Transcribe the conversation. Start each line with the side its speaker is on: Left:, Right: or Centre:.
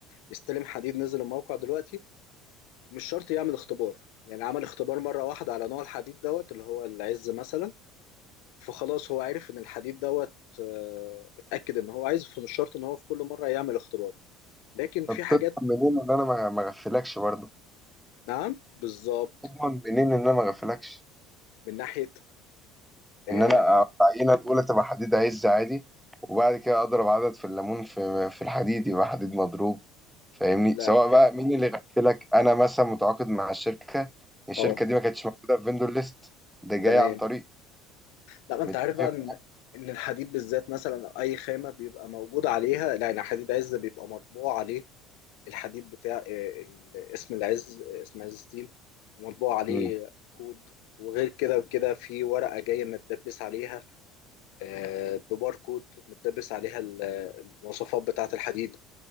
Left: يستلم حديد نزل الموقع دلوقتي مش شرط يعمل اختبار يعني عمل اختبار مره واحده على نوع الحديد دوت اللي هو العز مثلا فخلاص هو عرف ان الحديد دوت آه، اتاكد ان هو عايز فمش شرط ان هو في كل مره يعمل اختبار لكن في
Centre: طب
Left: حاجات
Centre: تضمن منين ان انا ما ما اغفلكش برضه
Left: نعم بالظبط
Centre: تضمن منين ان انا ما اغفلكش
Left: من ناحية آه
Centre: ان انا العينه الاولى تبقى حديد عز عادي وبعد كده اضرب عدد في الليمون في في الحديد يبقى حديد مضروب فاهمني
Left: لا
Centre: سواء بقى مين اللي غفلك انا مثلا متعاقد مع الشركه الشركه
Left: اه
Centre: دي ما كانتش موجوده في فيندور ليست ده جاي
Left: تمام
Centre: عن طريق
Left: لا ما انت
Centre: متفق
Left: عارف بقى ان ان الحديد بالذات مثلا أو اي خامة بيبقى موجود عليها لا يعني حديد عز بيبقى مطبوع عليه الحديد بتاع آه ال- اسم العز آه اسم عز ستيل ومطبوع عليه
Centre: مم.
Left: كود وغير كده وكده في ورقة جاية متدبس عليها آه بباركود متدبس عليها ال- المواصفات بتاعة الحديد